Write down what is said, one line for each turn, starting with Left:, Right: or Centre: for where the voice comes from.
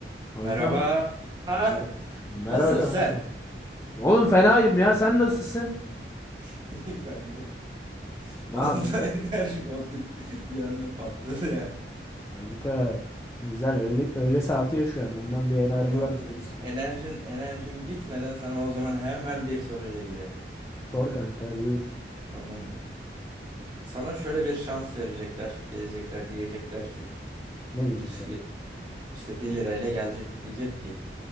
Left: Kankam.
Right: Merhaba. Ah,
Left: me- merhaba
Right: nasılsın
Left: kanka.
Right: sen?
Left: Oğlum fenayım ya. Sen nasılsın?
Right: <laughs> İyi ben de.
Left: Ne
Right: Fazla
Left: yapıyorsun?
Right: <laughs> enerjik olduk. Bir anda patladı yani.
Left: Kanka. Güzel. Öğle, öğle saati ya şu
Right: Tamam.
Left: an. Ondan bir enerji
Right: Tamam
Left: var
Right: sen
Left: benim üstümde.
Right: enerjin enerjin gitmeden sana o zaman hemen bir soruyla geliyorum.
Left: Sor kanka. Buyur.
Right: Tamam mı? Sana şöyle bir şans verecekler. Gelecekler diyecekler ki
Left: Ne diyecekler?
Right: bir şey- işte bir lirayla gelecek diyecek ki